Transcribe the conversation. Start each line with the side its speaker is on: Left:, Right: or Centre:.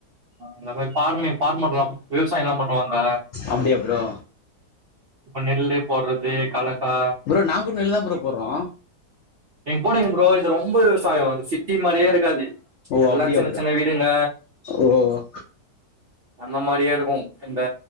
Right: ஆ <unintelligible> ஃபார்மர்லா விவசாயல்லா பண்ணுவாங்க
Left: அப்டியா ப்ரோ
Right: இப்ப நெல்லு போட்றது கலக்கா
Left: ப்ரோ நாங்க கூட நெல்லு தா ப்ரோ போட்றோ
Right: நீங் போடுங்க ப்ரோ இது ரொம்ப விவசாயொ இது சிட்டி மாரியே இருக்காது
Left: ஓ
Right: எல்லா
Left: அப்டியா
Right: சின்ன
Left: ப்ரோ
Right: சின்ன வீடுங்க
Left: ஓ
Right: அந்த மாரியே இருக்கு இந்த